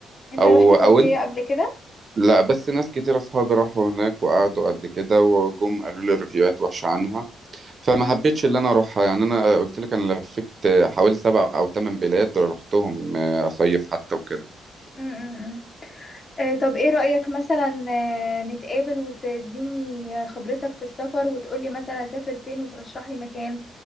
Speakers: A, on the left (about 35°); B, on the right (about 40°).
A: انت
B: او
A: رحت تركيا
B: او انت
A: قبل كده
B: لا بس ناس كتير اصحابي راحوا هناك وقعدوا قد كده وجم قالوا لي ريفيوهات وحشة عنها فما
A: مم،
B: حبيتش اللي انا اروحها يعني انا قلت لك انا لفيت حوالي سبع او ثمان بلاد رحتهم اصيف حتى وكده
A: مم، مم. إيه، طب ايه رأيك مثلا آه، نتقابل وتديني آه، خبرتك في السفر وتقولي مثلا اسافر فين وترشح لي مكان